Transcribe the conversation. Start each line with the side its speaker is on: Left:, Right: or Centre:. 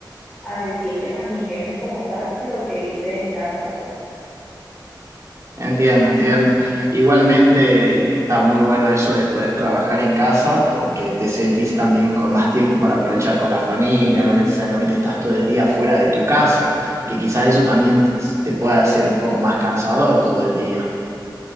Centre: a decirle a mis jefes como tal lo que hice en casa. pues.
Right: Entiendo, entiendo.
Centre: Mm.
Right: Igualmente está muy bueno eso de poder trabajar en casa porque te sentís también con más tiempo para aprovechar con la familia, no necesariamente estás todo el día fuera de tu casa, que quizás eso también te pueda hacer un poco más cansador todo el día.